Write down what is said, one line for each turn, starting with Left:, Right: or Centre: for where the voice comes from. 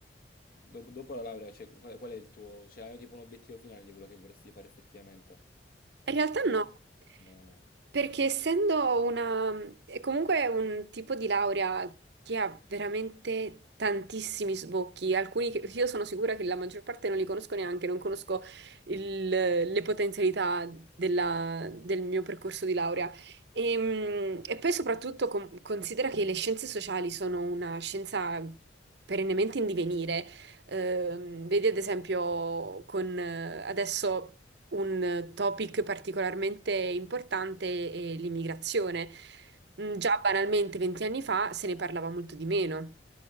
Left: Dopo, dopo la laurea, cioè, qual è, qual è il tuo... Cioè, hai tipo un obiettivo finale di quello che vorresti fare effettivamente?
Right: In realtà
Left: O
Right: no,
Left: è- No.
Right: perché essendo una, è comunque un tipo di laurea che ha veramente tantissimi sbocchi, alcuni che io sono sicura che la maggior parte non li conosco neanche, non conosco il- le potenzialità della- del mio percorso di laurea. E, e poi soprattutto con- considera che le scienze sociali sono una scienza perennemente in divenire. Ehm, vedi ad esempio con eh, adesso un topic particolarmente importante è l'immigrazione. Mm,
Left: Sì,
Right: Già banalmente 20 anni fa se ne parlava molto di meno.